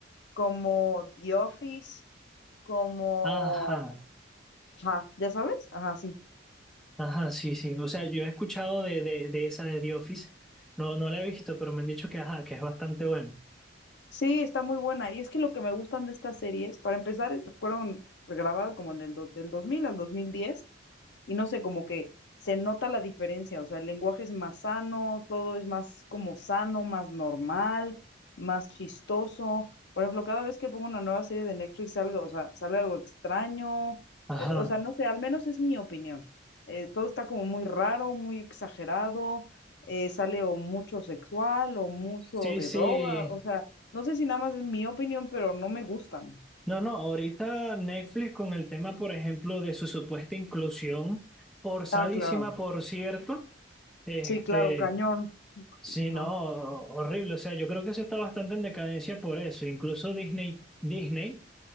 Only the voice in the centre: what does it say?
Ajá.
Ajá, sí, sí. O sea, yo he escuchado de, de, de esa de The Office. No, no la he visto, pero me han dicho que, ajá, que es bastante buena.
Ajá.
Sí,
sí.
No, no, ahorita Netflix con el tema, por ejemplo, de su supuesta inclusión, forzadísima,
por cierto. Este,
sí,
no, horrible. O sea, yo creo que eso está bastante en decadencia por eso. Incluso Disney, Disney,